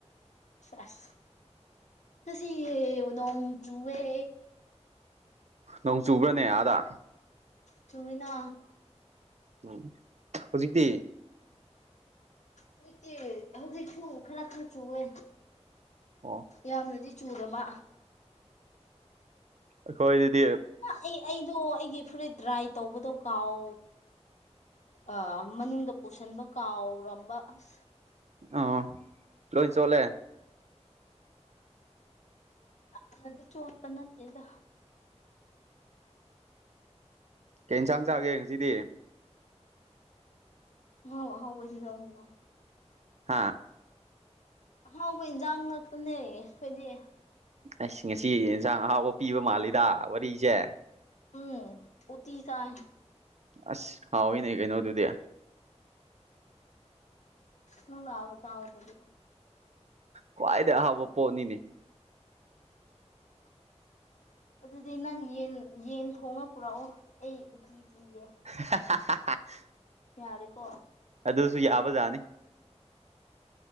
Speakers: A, on the left; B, on the right.
A: ꯁ‌ꯦꯁ ꯉꯁꯤ ꯅ‌ꯣꯡ ꯆꯨꯋ‌ꯦ
B: ꯅꯣꯡ ꯆꯨꯕ꯭ꯔꯅꯦ ꯑꯥꯗ
A: ꯆꯨꯑꯦꯅ
B: ꯎꯝ ꯍꯧꯖꯤꯛꯇꯤ
A: ꯍꯧꯖꯤꯛꯇꯤ ꯍꯧꯖꯤꯛꯁꯨ ꯈꯔ ꯈꯔ ꯆꯨꯋ‌ꯦ
B: ꯑꯣ
A: ꯌꯥꯝꯅꯗꯤ ꯆꯨꯗꯕ
B: ꯑꯈ‌ꯣꯏꯗꯗꯤ
A: ꯑꯩ ꯑꯩꯗꯣ ꯑꯩꯒꯤ ꯐꯨꯔꯤꯠ ꯗ꯭ꯔꯥꯏ ꯇꯧꯕꯗꯣ ꯀꯥꯎ ꯑ ꯃꯅꯨꯡꯗ ꯄꯨꯁꯟꯕ ꯀꯥꯎꯔꯝꯕ ꯑꯁ
B: ꯑꯣ ꯂꯣꯏꯟ ꯆꯣꯠꯂꯦ
A: ꯌꯥꯝꯅꯗꯤ ꯆꯣꯠꯄ ꯅꯠꯇꯦꯗ
B: ꯀꯩ ꯏꯟꯖꯥꯡ ꯆꯥꯒꯦ ꯉꯁꯤꯗꯤ
A: ꯑꯍꯥꯎ ꯑꯍꯥꯎꯕ ꯏꯟꯖꯥꯡꯅꯤꯅ
B: ꯍꯥꯥ
A: ꯑꯍꯥꯎꯕ ꯏꯟꯖꯥꯡ ꯉꯥꯛꯇꯅꯦ ꯈ‌ꯣꯏꯗꯤ
B: ꯑꯁ ꯉꯁꯤ ꯏꯟꯖꯥꯡ ꯑꯍꯥꯎꯕ ꯄꯤꯕ ꯃꯥꯜꯂꯤꯗ ꯋꯥꯔꯤꯁꯦ
A: ꯎꯝ ꯎꯇꯤ ꯆꯥꯏ
B: ꯑꯁ ꯍꯥꯎꯏꯅꯦ ꯀꯩꯅꯣ ꯑꯗꯨꯗꯤ
A: ꯅꯪ ꯂꯥꯛꯑꯒ ꯆꯥꯎ ꯑꯗꯨꯗꯤ
B: ꯈ꯭ꯋꯥꯏꯗꯩ ꯑꯍꯥꯎꯕ ꯄꯣꯠꯅꯤꯅꯦ
A: ꯑꯗꯨꯗꯤ ꯅꯪ ꯌꯦꯟ ꯌꯦꯟ ꯊꯣꯡꯉ ꯄꯨꯔꯛꯎ ꯑꯩ ꯎꯇꯤ ꯄꯤꯒꯦ
B: <unintelligible>
A: ꯌꯥꯔ‌ꯦꯀꯣ
B: ꯑꯗꯨꯖꯨ ꯌꯥꯕꯖꯥꯠꯅꯤ